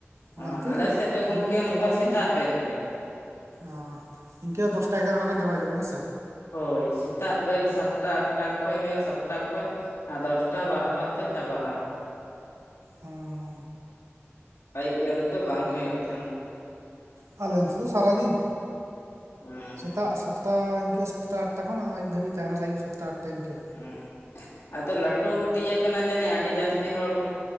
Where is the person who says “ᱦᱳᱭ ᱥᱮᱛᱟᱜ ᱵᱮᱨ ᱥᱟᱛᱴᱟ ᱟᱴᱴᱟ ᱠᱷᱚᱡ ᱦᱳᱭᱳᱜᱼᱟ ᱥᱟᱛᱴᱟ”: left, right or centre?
Left